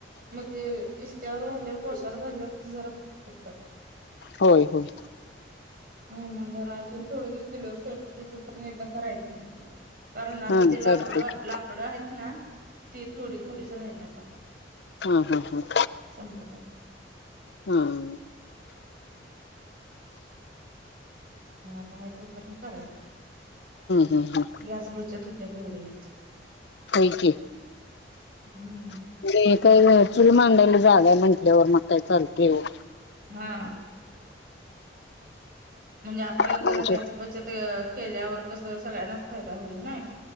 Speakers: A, on the right; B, on the left.
A: मग ते इस्त्यावर भाजल्यायवर कोळश्यावर भाजल्यावर कस जरा <unintelligible>
B: होय होय
A: हा मग जरा अजून थोडे दिवस चुलीवर स्वयपाक तोपर्यंत एकदा करायचं म्हणते कारण आता
B: हा
A: ते लाकडं
B: चालते की
A: लाकडं आहेत ना ती थोडी थोडीच राहिल्यात आता
B: हम् हम् हम्
A: संपत आल्यात
B: हम्
A: मग आता हाय तो पर्यंत करायच
B: हम्म हम्म
A: गॅस बचत होत्या तेवढंच
B: होय की
A: हम्म
B: <unintelligible> चुल मांडायला जागा आहे म्हंटल्यावर मग काय चालते ओ
A: हा म्हणजे आपण
B: आमच्या
A: जरा गॅस बचत केल्यावर कसं सगळ्यांनाच फायदा होईल नाही